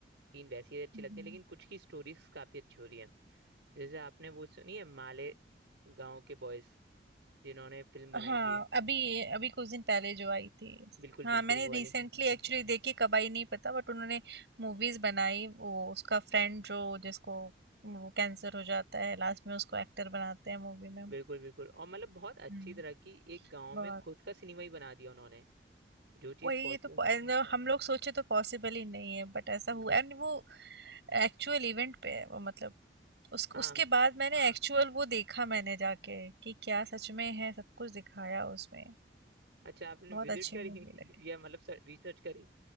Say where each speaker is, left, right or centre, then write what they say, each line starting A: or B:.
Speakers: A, on the right; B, on the right.
A: तीन वैसी अच्छी
B: हम्म।
A: लगती है लेकिन कुछ की स्टोरीज काफी अच्छी हो रही है जैसे आपने वो सुनी है माले गांव के बॉयज जिन्होंने फिल्म बनाई
B: हाँ
A: थी
B: अभी अभी कुछ दिन पहले जो आई थी
A: बिल्कुल
B: हाँ
A: बिल्कुल
B: मैंने
A: वो
B: रिसेंटली
A: वाली
B: एक्चुअली देखी कब आई नहीं पता बट उन्होंने मूवीज बनाई वो उसका फ्रेंड जो जिसको वो कैंसर हो जाता है लास्ट में उसको एक्टर बनाते हैं मूवी में
A: बिल्कुल बिल्कुल और मतलब बहुत अच्छी
B: हम्म
A: तरह की एक गांव
B: बहुत
A: में खुद का सिनेमा ही बना दिया उन्होंने जो चीज
B: वही
A: पॉसिबल
B: ये तो पो- मतलब हम लोग सोचे तो पॉसिबल ही नहीं है बट ऐसा
A: बिल्कुल
B: हुआ है और वो एक्चुअल इवेंट पे है वो मतलब उस
A: हाँ
B: उसके बाद मैंने एक्चुअल वो देखा मैंने जाके कि क्या सच में है सब कुछ दिखाया उसमें
A: अच्छा आपने
B: बहुत
A: विजिट
B: अच्छी
A: करी
B: मूवी लगी
A: <laughs> या मतलब रिसर्च करी